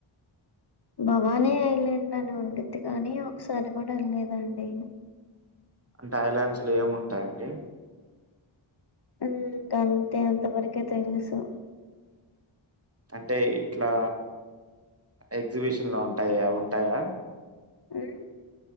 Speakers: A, on the left (about 50°); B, on the right (about 30°).
A: భవానీ ఐలాండ్ అని ఉండిద్ది కానీ ఒకసారి కూడా వెళ్ళ లేదండి.
B: అంటే ఐలాండ్స్లో ఏముంటయండి?
A: ఉ గంతే అంతవరకే తెలుసు.
B: అంటే ఇట్లా ఎగ్జిబిషన్లో ఉంటాయి అవి ఉంటాయా.
A: హ్